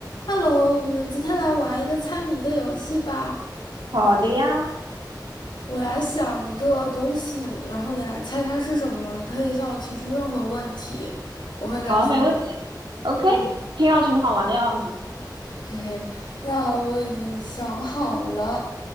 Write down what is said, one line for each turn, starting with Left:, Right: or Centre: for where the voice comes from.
Left: Hello，我们今天来玩一个猜谜的游戏吧。
Right: 好的呀，
Left: 我来想一个东西，然后你来猜它是什么。你可以向我提出任何问题，我会告诉你。
Right: 好，没问题。OK，
Left: 嗯，
Right: 听上去很好玩的样子。
Left: 嘿嘿，那我已经想好了，